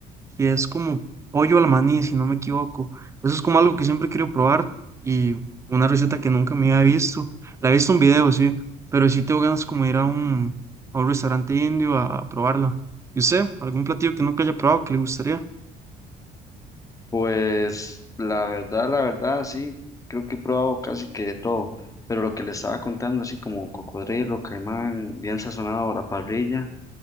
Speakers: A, on the right (about 15°); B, on the left (about 20°).
A: que es como pollo al maní, si no me equivoco. Eso es como algo que siempre quiero probar y una receta que nunca me había visto. La he visto en video, sí, pero sí tengo ganas como de ir a un, a un restaurante indio a, a probarla. ¿Y usted? ¿Algún platillo que nunca haya probado que le gustaría?
B: Pues la verdad, la verdad, sí, creo que he probado casi que de todo, pero lo que le estaba contando, así como cocodrilo, caimán, bien sazonado a la parrilla,